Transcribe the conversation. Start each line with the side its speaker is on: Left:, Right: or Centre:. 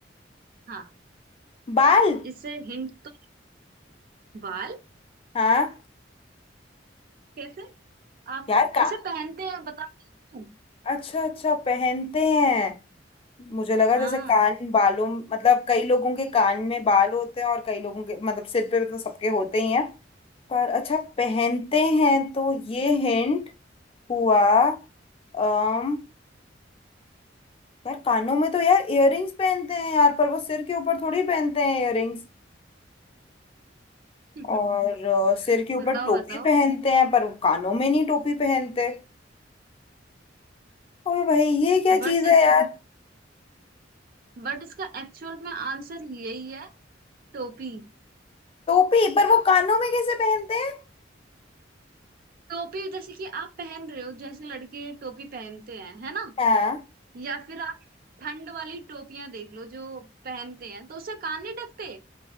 Right: हाँ
Left: बाल
Right: इससे हिंट तो बाल
Left: हाँ
Right: कैसे आप
Left: यार का
Right: उसे पहनते हैं बताओ
Left: अच्छा अच्छा पहनते हैं मुझे लगा
Right: हाँ
Left: जैसे कान बालों मतलब कई लोगों के कान में बाल होते हैं और कई लोगों के मतलब सिर पे तो सबके होते ही हैं पर अच्छा पहनते हैं तो ये हिंट हुआ अम यार कानों में तो यार इयररिंग्स पहनते हैं यार पर वो सिर के ऊपर थोड़ी पहनते हैं इयररिंग्स
Right: <laughs>
Left: और अ, सिर के ऊपर
Right: बताओ
Left: टोपी
Right: बताओ
Left: पहनते हैं पर वो कानों में नहीं टोपी पहनते ओए भाई ये क्या
Right: बट
Left: चीज
Right: इस
Left: है यार
Right: बट इसका एक्चुअल में आंसर यही है टोपी
Left: टोपी पर वो कानों में कैसे पहनते हैं
Right: टोपी जैसे कि आप पहन रहे हो जैसे लड़के टोपी पहनते हैं है ना
Left: हाँ
Right: या फिर आप ठंड वाली टोपियां देख लो जो पहनते हैं तो उससे कान नहीं ढकते